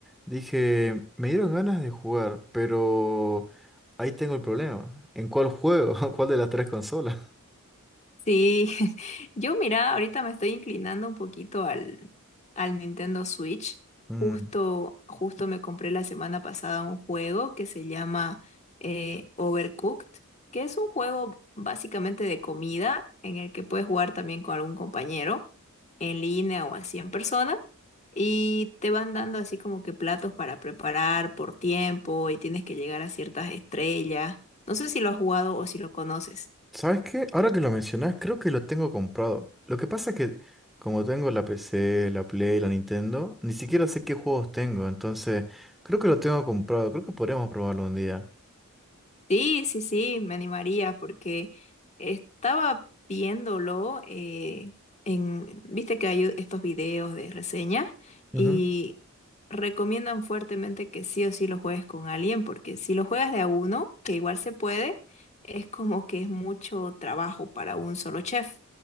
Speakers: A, in the centre; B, on the left.
A: Dije, me dieron ganas de jugar, pero ahí tengo el problema. ¿En cuál juego? <laughs> ¿Cuál de las tres consolas?
B: Sí, <laughs> yo mira, ahorita me estoy inclinando un poquito al, al Nintendo Switch.
A: Mm.
B: Justo, justo me compré la semana pasada un juego que se llama eh, Overcooked, que es un juego básicamente de comida en el que puedes jugar también con algún compañero en línea o así en persona. Y te van dando así como que platos para preparar por tiempo y tienes que llegar a ciertas estrellas. No sé si lo has jugado o si lo conoces.
A: ¿Sabes qué? Ahora que lo mencionás, creo que lo tengo comprado. Lo que pasa es que como tengo la PC, la Play, la Nintendo, ni siquiera sé qué juegos tengo, entonces creo que lo tengo comprado, creo que podremos probarlo un día.
B: Sí, sí, sí, me animaría porque estaba viéndolo eh, en, viste que hay estos videos de reseñas
A: Ujú.
B: y recomiendan fuertemente que sí o sí lo juegues con alguien porque si lo juegas de a uno, que igual se puede, es como que es mucho trabajo para un solo chef.